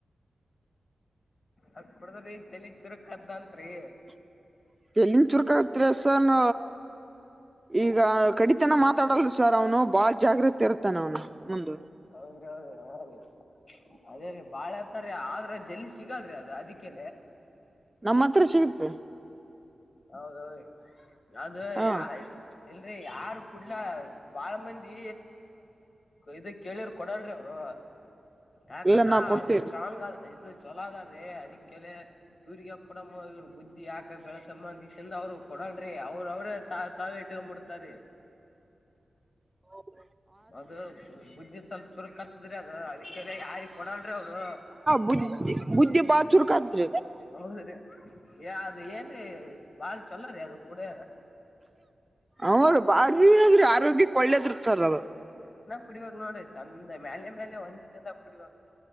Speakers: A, on the left (about 60°); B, on the right (about 20°).
A: ಅದ ಕುಡದ್ರಿ ತಾಲಿ ಚಿರಕ್ದಂತ್ರಿ
B: <unintelligible> ಚುರ್ಕತಾಸನ್. ಈಗ ಕಡಿತನ ಮಾತಾಡಲ್ ಸರ್ ಅವ್ನು ಬಾಳ್ ಜಾಗೃತೆ ಇರ್ತಾನೆ ಅವನು ಮುಂದ.
A: ಹೌದ ಹೌದು ಹೌ ಅದೇ ರೀ ಬಾಳ ಇರ್ತಾರೆ. ಆದ್ರ ಜಲ್ಲಿ ಸಿಗಲ್ರರಿ ಅದು ಅದಕ್ಕೆ.
B: ನಮ್ಮ ಹತ್ರ ಸಿಗುತ್ತೆ.
A: ಹೌದೌ ಅದು
B: ಹಾ
A: ಯ ಇಲ್ರಿ ಯಾರು. ಕುಡ್ಲಾ ಬಾಳ ಮಂದಿ ಇದ ಕೇಳಿ್ರ ಕೊಡಲ್ರಿ ಅವರು. ಯಾಕಂದ್ರ
B: ಇಲ್ಲ ನಾ ಕೊಡ್ತೀವಿ
A: ಅದು ಸ್ಟ್ರಾಂಗ್ ಇದು ಚಲೋ ಅದೀ ಅದಕ್ಕೆ ಇವರಿಗೆ ಕೊಡಮ್ಮ ಇವರು ಬುದ್ಧಿ ಯಾಕ ಬೆಳ. ಈಸಿಂದ ಅವರು ಕೊಡಲ್ರರಿ ಅವ್ರ ಅವ್ರೇ ತಾವೇ ಇಟ್ಕೊಂಡ್ಬಿಡ್ತಾರೀ.
B: ಹ <inaudible>
A: ಅದು ಬುದ್ಧಿ ಸ್ವಲ್ಪ ಚುರುಕ ಹತ್ತದ್ರಿ ಅದು ಅದಕ್ಕೆ ಯಾರಿ ಕೊಡಲ್ ರಿ ಅವ್ರು.
B: ಬುದಿ ಬುದ್ಧಿ ಚುರುಕು ಆದ್ರ
A: ಹೌದ್ರೀ ಅದ ಏನ್ ಬಾಳ ಚೊಲ ರೀ ಅದು ಕುಡಿ
B: ಹದು ಬಾರಿನಾದ್ರ ಆರೋಗ್ಯಕ್ಕೆ ಒಳ್ಳೇದ್ರ ಸರ್ ಅದು
A: ಕುಡಿಬಬೇಕ ನೋಡ್ರಿ ಚಂದ ಮೇಲೆ ಮೇಲೆ ಒಂದ ದದ ಕುಡಿಬೇಕ